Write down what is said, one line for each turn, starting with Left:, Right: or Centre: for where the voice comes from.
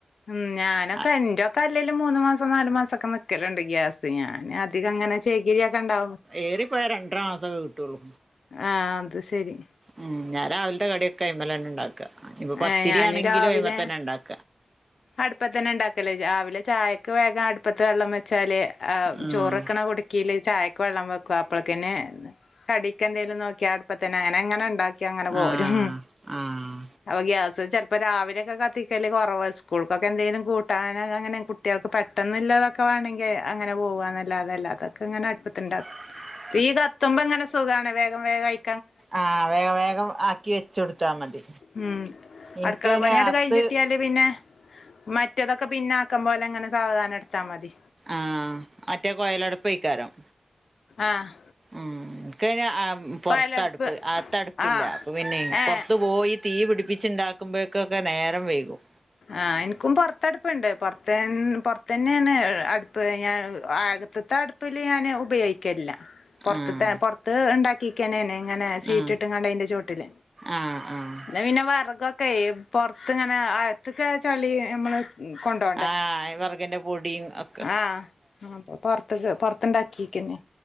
Left: ഉം ഞാനൊക്കെ
Right: ആഹ്
Left: എന്റെക്കെ അല്ലേല്ലും മൂന്നു മാസം നാലു മാസംഒക്കെ നി ക്കലുണ്ട് ഗ്യാസ് ഞാൻ പിന്നെ അധികം അങ്ങനെ ചെക് രിയൊ ക്കെ ഉണ്ടാവും
Right: ഏറിപ്പോയാ രണ്ടര മാസൊക്കെ കിട്ടൊള്ളൂ
Left: ആഹ് അത് ശരി
Right: ഉം ഞാൻ രാവിലത്തെ കടിയോക്കെ അയി്മല ന്നെ ഇണ്ടാക്ക ഇപ്പൊ പത്തിരിയാണെങ്കിലും
Left: ഏഹ് ഞാന് രാവിലെ
Right: അയി്മ്മതന്നെ ഇണ്ടാക്ക
Left: അടുപ്പത്തന്നെ ഇണ്ടാക്കല് രാവിലെ ചായക്ക് വേഗം അടുപ്പത്ത് വെള്ളം വെച്ചാല്
Right: ഉം
Left: ചോറ്ക്കണ കുട് ക്കേല് ചായക്ക് വെള്ളം വെക്ക അപ്പഴക്കിന് കടിക്ക് എന്തേലും നോക്കിയാ അടുപ്പ തന്നെ അങ്ങനെ അങ്ങനെ ഇണ്ടാക്ക ക്കിങ്ങനെ പോരും
Right: ആഹ് ആഹ്
Left: അപ്പൊ ഗ്യാസ് ചെലപ്പോ രാവിലൊക്കെ കത്തിക്കല് കൊറവാ സ്കൂൾക്കൊക്കെ എന്തേങ്കിലും കൂട്ടാനൻ അങ്ങനെ കുട്ടികൾക്ക് പെട്ടന്നില്ലതൊക്കെ വേമെങ്കിൽ അങ്ങനെ പോകുക എന്നല്ലാതെ അല്ലാതെ ക്കങ്ങനെ അടുപ്പത്തു ണ്ടാക്കും
Right: <unintelligible>
Left: തീ കത്തുമ്പോ ങ്ങനെ സുഖാണ് വേഗ വേഗായി
Right: ആഹ് വേഗം വേഗം ആക്കി വെച്ച കൊടുത്താ മതി
Left: ഉം
Right: ഇൻക്കയ്ന്
Left: അടുക്കള പണിയങ്ങട്ട്
Right: അത്ത്
Left: കഴിഞ്ഞി ട്ടിയാ ല് ന്നട്ട് പിന്നെ മറ്റേതൊക്കെ പിന്നാക്കം പോലെ അങ്ങനെ സാവധാനം എടുത്താൽ മതി
Right: ആഹ് മറ്റേ കോയലട്പ്പെ യ്ക്കാരം
Left: ആഹ്
Right: ഉം ക്ക് അയിൻ പൊറത്തടുപ്പ്
Left: കൊയലടുപ്പ്
Right: അകത്തടുപ്പില്ല
Left: ആഹ്
Right: അപ്പൊ പിന്നെ
Left: ഏഹ്
Right: പൊറത്ത് പോയി തീ പിടിപ്പിച്ചുണ്ടാക്കുമ്പോഴേക്കൊക്കെ നേരം വൈകും
Left: ആഹ് എനിക്കും പൊറത്തടുപ്പുണ്ട് പൊറത്ത് പൊറത്ത തന്നെയാണ് അടുപ്പ് ഞാൻ ആകത്ത് ത്തെ അടുപ്പ് അടുപ്പില് ഞാന് ഉപയോഗിക്കലില്ല പൊറത്ത്ത്തെ
Right: ആഹ്
Left: പൊറത്ത് ഇണ്ടാകി <unintelligible> ഇങ്ങനെ സീറ്റ്
Right: ആഹ്
Left: ഇട്ട്ങ്ങാണ്ട് അയിന്റെ ചോട്ടിൽ
Right: ആഹ് ആഹ്
Left: ന്ന പിന്നെ വർഗൊ ക്കെയ് പൊറത്ത് ഇങ്ങനെ അകത്ത്ക്കാ ചളി നമ്മള് കൊണ്ടോ
Right: ആഹ് വെറഗിന്റെ പൊടിയും ഒ
Left: ആഹ് പൊറത്ത പൊറത്തണ്ടാക്കിക്കന്നെ